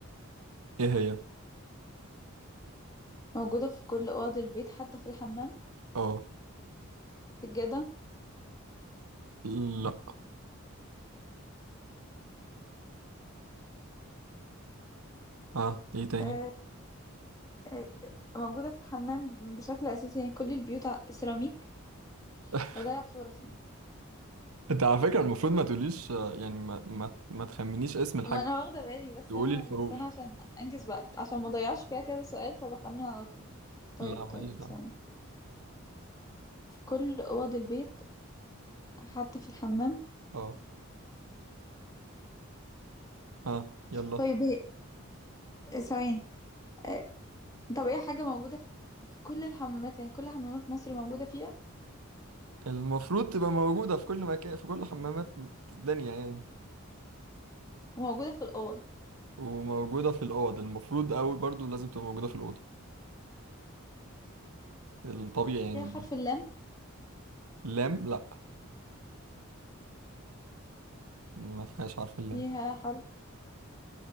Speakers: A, on the right; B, on the left.
A: ايه هي
B: موجودة في كل اوض البيت حتى في الحمام
A: اه
B: سجادة
A: لا اه ايه تاني
B: آه، آه، موجودة في الحمام بشكل اساسي يعني كل البيوت ع- سيراميك
A: <laughs>
B: بضيع فرص
A: انت على فكرة المفروض ما تقوليش آه، يعني ما ما, ما تخمنيش اسم الحاجة
B: ما انا واخدة بالي بس
A: تقولي
B: انا
A: الحروف
B: بس انا عشان انجز وقت عشان ما اضيعش فيها كذا سؤال فبخمن على طول طيب
A: لا ماليش
B: طيب
A: دعوة
B: ثواني في كل اوض البيت حتى في الحمام
A: اه اه يلا
B: طيب هي ثواني آه، طب هي حاجة موجودة في في كل الحمامات يعني كل حمامات مصر موجودة فيها
A: المفروض تبقى موجودة في كل مكان في كل حمامات الدنيا يعني
B: وموجودة في الأوض
A: وموجودة في الأوض المفروض أوي برضو لازم تبقى موجودة في الأوضة الطبيعي
B: فيها
A: يعني
B: حرف اللام
A: لام لا ما فيهاش حرف اللام
B: فيها حرف